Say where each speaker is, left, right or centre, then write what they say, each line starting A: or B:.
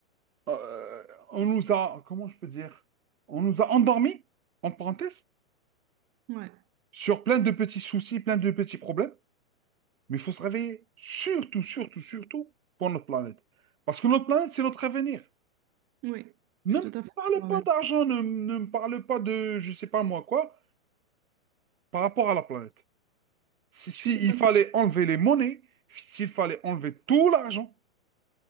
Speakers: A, on the right; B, on the right.
A: Euh, on nous a, comment je peux dire, on nous a endormis, en parenthèse,
B: Ouais,
A: sur plein de petits soucis, plein de petits problèmes. Mais il faut se réveiller, surtout, surtout, surtout, pour notre planète. Parce que notre planète, c'est notre avenir.
B: oui, je
A: Ne
B: suis tout
A: me
B: à fait
A: parle
B: d'accord
A: pas
B: avec.
A: d'argent, ne, ne me parle pas de, je sais pas moi quoi, par rapport à la planète. Si,
B: Je
A: si
B: suis tout
A: il
B: à
A: fallait
B: fait.
A: enlever les monnaies, s'il fallait enlever tout l'argent,